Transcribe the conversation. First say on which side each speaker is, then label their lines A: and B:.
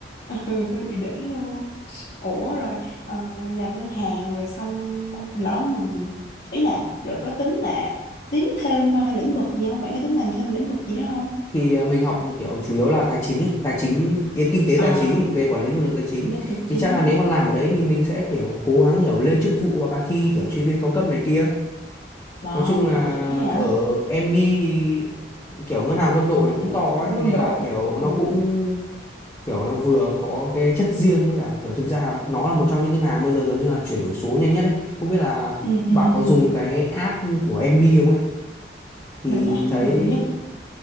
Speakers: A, on the left; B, on the left.
A: <laughs> ừ, hơi bị đỉnh luôn ủa rồi ờ, làm ngân hàng rồi xong lỡ mà ý là rồi có tính là tiến thêm ờ, lĩnh vực gì không bạn có tính làm thêm lĩnh vực gì nữa không
B: thì à, mình học kiểu chủ yếu là tài chính ấy tài chính ý- kinh tế
A: à
B: tài chính về quản lý nguồn lực tài chính
A: kinh tế tài chính
B: thì chắc là nếu mà làm ở đấy thì mình sẽ kiểu cố gắng kiểu lên chức vụ hoặc là thi kiểu chuyên viên cao cấp này kia
A: wow
B: nói chung là
A: giỏi vậy
B: ở MB thì kiểu ngân hàng quân đội nó cũng
A: Ờ,
B: to ấy
A: quân
B: nên
A: đội
B: là kiểu nó
A: Ừ,
B: cũng kiểu nó vừa có cái chất riêng với cả kiểu thực ra là nó là một trong những ngân hàng bây giờ gần như là chuyển đổi số nhanh nhất ấy không biết là
A: ừ ừ
B: bạn có
A: ừ
B: dùng cái app của MB không ấy thì
A: mình lại không
B: thấy
A: dùng nhưng